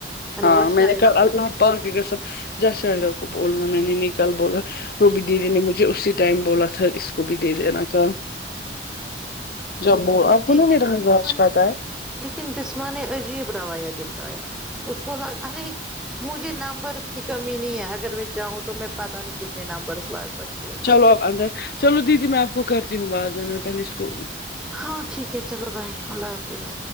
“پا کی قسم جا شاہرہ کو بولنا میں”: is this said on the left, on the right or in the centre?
Left